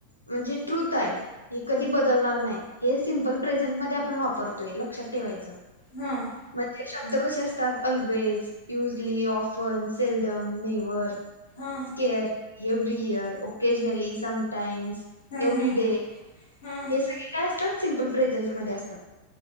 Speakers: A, on the left; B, on the left.
A: म्हणजे ट्रुथ हाय. हे कधी बदलणार नाई हे सिम्पल प्रेझेंटमध्ये आपण वापरतोय लक्षात ठेवायचं.
B: हम्म.
A: म्हणजे शब्द कसे असतात always, usually, often seldom, never
B: hmm
A: scarce, every year, occasionally, sometimes,
B: hmm
A: every
B: hmm
A: day
B: hmm.
A: हे सगळे काय असतात सिम्पल प्रेझेंट मध्ये असतात,